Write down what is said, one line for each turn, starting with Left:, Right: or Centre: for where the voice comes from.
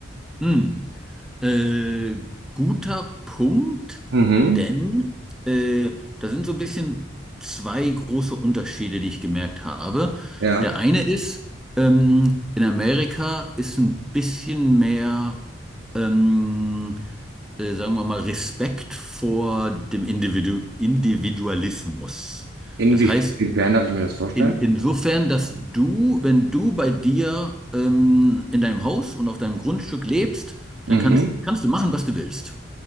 Centre: Hm. Äh, guter Punkt,
Right: Mhm.
Centre: denn äh, da sind so ein bisschen zwei große Unterschiede, die ich gemerkt habe.
Right: Ja.
Centre: Der eine ist, ähm, in Amerika ist ein bisschen mehr, ähm, äh, sagen wir mal, Respekt vor dem Individu Individualismus.
Right: Inwie-
Centre: Das heißt,
Right: Inwiefern darf ich mir das vorstellen?
Centre: In, insofern, dass du, wenn du bei dir ähm, in deinem Haus und auf deinem Grundstück lebst, dann
Right: Mhm.
Centre: kannst, kannst du machen, was du willst.